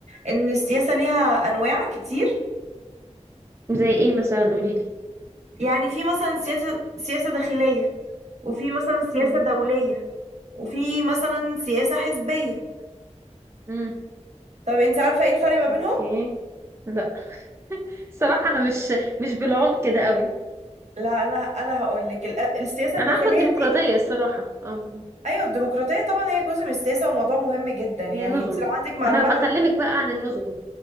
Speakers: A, on the right (about 70°); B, on the right (about 20°).
A: ان السياسه ليها انواع كتير
B: زي ايه مثلا قولي لي
A: يعني في مثلا سياسة سياسة داخلية وفي مثلا سياسة
B: مم.
A: دولية وفي مثلا سياسة حزبية
B: امم
A: طب انت عارفة ايه الفرق ما بينهم؟
B: اوكي لا صراحه انا مش مش بالعمق كده قوي
A: لا انا انا هقول لك السياسة
B: انا
A: الداخلية
B: عارفه الديمقراطيه
A: دي
B: الصراحه اه
A: ايوه الديمقراطية طبعا هي جزء من السياسة وموضوع مهم جدا يعني
B: هي نظم
A: انت لو عندك معلومات
B: انا بكلمك
A: عن
B: بقى عن النظم